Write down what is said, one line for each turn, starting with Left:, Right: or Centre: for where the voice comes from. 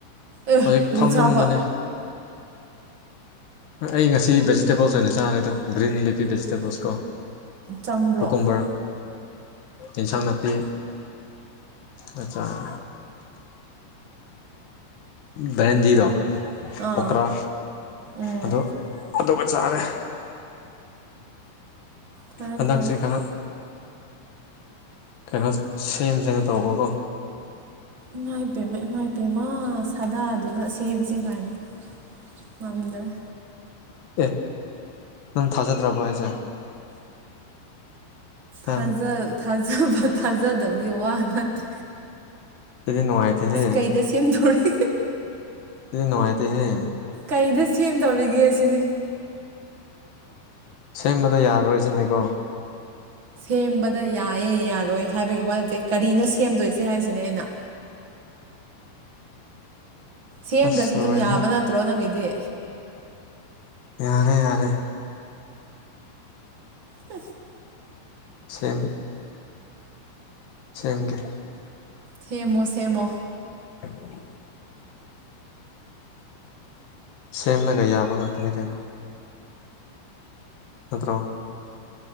Right: ꯑꯦ
Left: ꯍꯧꯖꯤꯛ
Right: ꯀꯔꯤ
Left: ꯐꯝꯂꯝꯕꯅꯦ
Right: ꯆꯥꯕ
Left: ꯑꯩ ꯉꯁꯤ ꯚꯦꯖꯤꯇꯦꯕꯜꯁ ꯑꯣꯏꯅ ꯆꯥꯔꯦꯗ ꯒ꯭ꯔꯤꯟ ꯂꯤꯐꯤ ꯚꯦꯖꯤꯇꯦꯕꯜꯁ ꯀꯣ
Right: ꯆꯪꯕ꯭ꯔꯣ
Left: ꯀꯣꯀꯨꯝꯕꯔ ꯏꯟꯁꯥꯡ ꯅꯥꯄꯤ ꯃꯆꯥꯥ ꯕꯔꯦꯟꯖꯤꯗ
Right: ꯑꯥ
Left: ꯑꯣꯀꯔ
Right: ꯎꯝ
Left: ꯑꯗꯣ ꯑꯗꯨꯒ ꯆꯥꯔꯦ
Right: ꯐꯔꯦ
Left: ꯍꯟꯗꯛꯆ
Right: ꯐꯔꯦ
Left: ꯀꯥ ꯀꯩꯅꯣ ꯁꯦꯝꯁꯅ ꯇꯧꯕꯀꯣ
Right: ꯏꯃꯥ ꯏꯄꯦꯝꯃ ꯏꯃ ꯏꯄꯦꯝꯃ ꯁꯥꯗꯥꯗꯨꯅ ꯁꯦꯝꯕꯁꯦ ꯀꯥꯏꯅ ꯃꯃꯤꯗꯔꯦ
Left: ꯑꯦ ꯅꯪ ꯊꯥꯖꯗ꯭ꯔꯕꯣ ꯍꯥꯏꯁꯦ
Right: ꯊꯖꯜ
Left: ꯑ
Right: ꯊꯥꯖ ꯥꯕ ꯊꯥꯖꯗꯕꯒꯤ ꯋꯥ ꯅꯠꯇꯦ
Left: ꯁꯤꯗꯤ ꯅꯨꯡꯉꯥꯏꯇꯦꯍꯦ
Right: ꯀꯩꯗ ꯁꯦꯝꯗꯧꯔꯤ
Left: ꯁꯤꯗꯤ ꯅꯨꯡꯃꯥꯥꯏꯇꯍꯦ
Right: ꯀꯩꯗ ꯁꯦꯝꯗꯧꯔꯤꯒꯦ ꯁꯤꯅꯤ
Left: ꯁꯦꯝꯕꯗ ꯌꯥꯔꯔꯣꯏꯁꯤꯅꯦꯀꯣ
Right: ꯁꯦꯝꯕꯗ ꯌꯥꯏꯌꯦꯦ ꯌꯥꯔꯣꯏ ꯍꯥꯏꯕꯒꯤ ꯋꯥ ꯅꯠꯇꯦ ꯀꯔꯤꯅꯣ ꯁꯦꯝꯗꯣꯏꯁꯦ ꯍꯥꯏꯁꯤꯅꯦ ꯑꯩꯅ ꯁꯦꯝꯗ꯭ꯔꯁꯨ
Left: ꯑꯁ ꯂꯣꯏꯔꯦ
Right: ꯑꯗꯨꯝ ꯌꯥꯕ ꯅꯠꯇ꯭ꯔꯣ ꯅꯪꯒꯤꯗꯤ
Left: ꯌꯥꯔꯦ ꯌꯥꯔꯦ
Right: ꯐ
Left: ꯁꯦꯝꯃ ꯁꯦꯝꯃꯒ
Right: ꯁꯦꯝꯦꯃꯣ ꯁꯦꯝꯦꯃꯣ
Left: <inaudible> ꯁꯦꯝꯂꯒ ꯌꯥꯕ ꯉꯥꯛꯇꯅꯤ ꯀꯩꯅꯣ ꯅꯠꯇ꯭ꯔꯣ